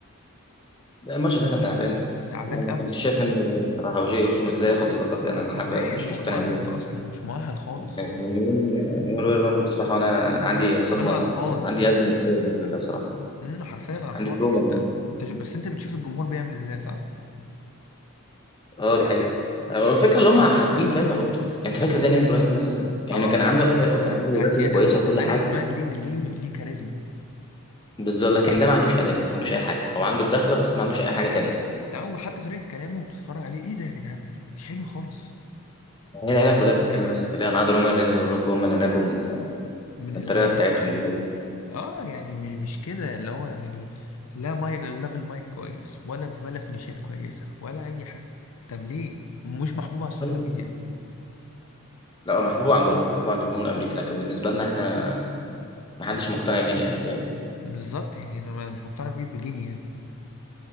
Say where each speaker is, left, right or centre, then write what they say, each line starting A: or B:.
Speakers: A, on the left; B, on the left.
A: الماتش ده كان تعبان
B: تعبان
A: وما
B: قوي
A: كنتش شايف منه غير بصراحه وجاي اوسو ازاي ياخد اللقب دي انا لحد
B: ازاي
A: دلوقتي مش
B: مش
A: مقتنع
B: مؤهل
A: بيه
B: اصلا مش مؤهل خالص
A: من يوم من يوم رويال رامبل بصراحه وانا انا عندي صدمه,
B: وانا قرفان
A: صدمة عندي ازمه نفسيه من الراجل ده بصراحه
B: امم، حرفيا قرفان
A: عندي تروما
B: يعني انت انت شو- بس انت بتشوف الجمهور بيعمل ازاي صح؟
A: اه دي حقيقة هو فاكر اللي هم حابين فاهم هو- انت فاكر دانيال براين مثلا يعني
B: اه
A: كان عنده اداء وكان عنده
B: ده اعتياق
A: دخله كويسه
B: بس
A: وكل
B: دانيال
A: حاجه
B: براين ليه ليه ليه كاريزما
A: بالظبط لكن ده ما عندوش اداء ما عندوش اي حاجه او عنده الدخله بس ما عندوش اي حاجه تانية
B: ده وحتى طريقة كلامه بتتفرج عليه ايه ده يا جدعان ده مش حلو خالص
A: هي العيله كلها بتتكلم نفس الطريقه ما عدا رومان رينز والروك هم اللي نجوا من ال-
B: من
A: من
B: ال
A: الطريقه بتاعتهم اللي هم بيقولوا.
B: اه يعني مش مش كده اللي هو يعني لا مايك لا بالمايك كويس ولا ولا فينيشات كويسة ولا أي حاجة طب ليه؟ مش محبوب على السوشيال
A: ولا-
B: ميديا
A: لا هو محبوب عندهم محبوب عند الجمهور الامريكي لكن بالنسبه لنا احنا ما
B: م-
A: حدش مقتنع بيه يعني فاهم
B: بالظبط يعني أنا أنا مش مقتنع بيه بجنيه يعني